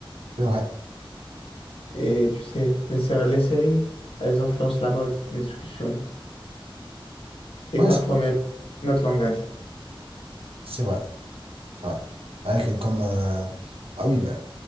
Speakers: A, on the right; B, on the left.
A: c'est vrai.
B: Et tu sais, les, sé- les séries, elles influencent la mode, les discussions. et
A: Ouais,
B: parfois
A: c'est
B: même notre langage.
A: c'est vrai. c'est vrai. C'est vrai que comme... euh, Ah oui, bah,